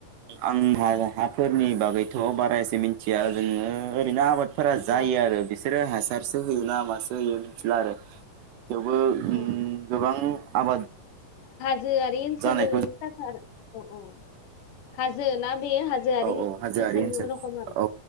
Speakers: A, on the right (about 80°); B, on the left (about 80°).
A: आं हा हाफोरनि बागैथ बारा एसे मिथिया जोङो ओरैनो आबाद। फोरा जायो
B: औ
A: आरो बिसोरो हास फारसो होयो ना मासो होयो मिथिला आरो। थेवबो उम
B: औ
A: गोबां आबाद।
B: जोयारि ओनसोल
A: जानायखौ
B: थाखार औ औ हाजो ना बे हाजोआरि
A: औ औ हाजोयारि ओनसोल
B: रखम आरो
A: औ